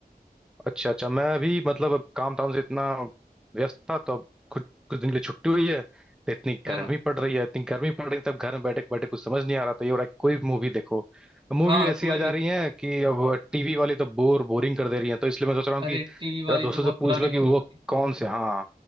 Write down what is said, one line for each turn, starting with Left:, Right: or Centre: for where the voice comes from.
Centre: अच्छा अच्छा मैं भी मतलब अब काम धाम से इतना व्यस्त था तो अब कुछ कुछ दिन के लिए छुट्टी हुई है तो इतनी
Right: हाँ
Centre: गर्मी पड़ रही है इतनी गर्मी पड़ रही है तब घर में बैठे बैठे कुछ समझ नहीं आ रहा था ये हो रहा है कि कोई भी मूवी देखो मूवी
Right: हाँ
Centre: ऐसी
Right: कोई
Centre: आ जा
Right: भी
Centre: रही
Right: दे
Centre: है कि अब टीवी वाली तो बोर बोरिंग कर दे रही है तो इसलिए मैं सोच रहा हूँ
Right: अरे
Centre: कि
Right: टीवी वाली
Centre: जरा दोस्तों
Right: तो बहुत
Centre: से पूछ
Right: पुरानी
Centre: लो कि
Right: मूवी
Centre: वो
Right: होती है
Centre: कौन से हाँ